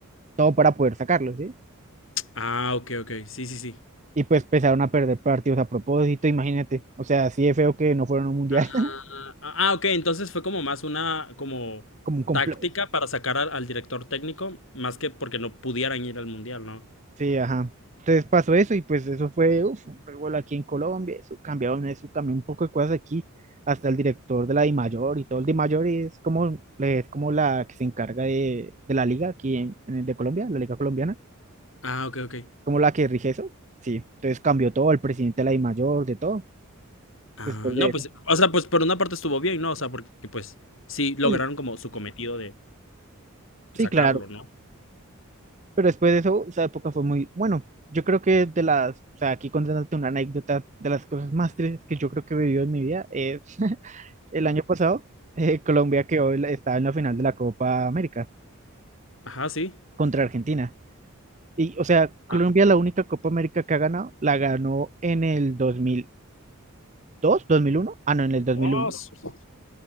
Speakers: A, on the right; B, on the left.
A: todo para poder sacarlo, ¿sí?
B: Ah, ok, ok. Sí, sí, sí.
A: Y pues empezaron a perder partidos a propósito, imagínate, o sea, así de feo que no fueron a un mundial,
B: Ah,
A: <laughs>
B: ah, ok. Entonces fue como más una como
A: como un complot.
B: táctica para sacar al, al director técnico, más que porque no pudieran ir al mundial, ¿no?
A: Sí, ajá. Entonces pasó eso y pues eso fue, uf un revuelo aquí en Colombia, eso cambiaron eso, cambió un poco de cosas aquí, hasta el director de la DIMAYOR y todo el DIMAYOR es como, es como la que se encarga de, de la liga aquí en, en- de Colombia, la liga colombiana
B: Ah, ok, ok.
A: como la que rige eso. Sí, entonces cambió todo, el presidente de la DIMAYOR, de todo,
B: Ah,
A: después
B: no,
A: de eso.
B: pues, o sea, pues por una parte estuvo bien, ¿no? O sea, porque pues sí lograron
A: Sí,
B: como su cometido de
A: sí,
B: sacarlo,
A: claro,
B: ¿no?
A: pero después de eso, esa época fue muy, bueno, yo creo que de las, o sea, aquí contándote una anécdota de las cosas más tristes que yo creo que he vivido en mi vida, es <laughs> el año pasado, eh, Colombia quedó, en la- estaba en la final de la Copa América
B: Ajá, sí.
A: contra Argentina. Y, o sea, Colombia
B: Ah,
A: la única Copa América que ha ganado, la ganó en el 2002, 2001, ah, no, en el 2001,
B: oh, su-